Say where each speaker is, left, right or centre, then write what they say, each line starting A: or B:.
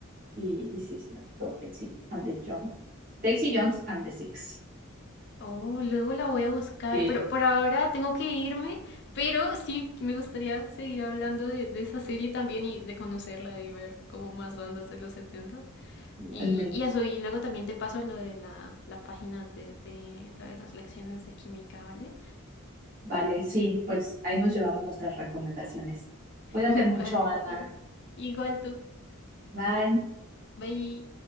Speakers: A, on the right; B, on the left.
A: y, y sí, sí me gustó Daisy and the Jones. Daisy Jones and the Six.
B: Oh, luego la voy a buscar,
A: Sí,
B: pero por ahora tengo que irme, pero sí me gustaría seguir hablando de, de esa serie también y de conocerla y ver como más bandas de los setentas.
A: Igualmente.
B: Y, y eso, y luego también te paso lo de la, la página de, de, lo de las lecciones de química, ¿vale?
A: Vale, sí, pues ahí nos llevamos nuestras recomendaciones.
B: <laughs>
A: Cuídate
B: Vale,
A: mucho, Ana.
B: está bien. Igual tú.
A: Bye.
B: Bye.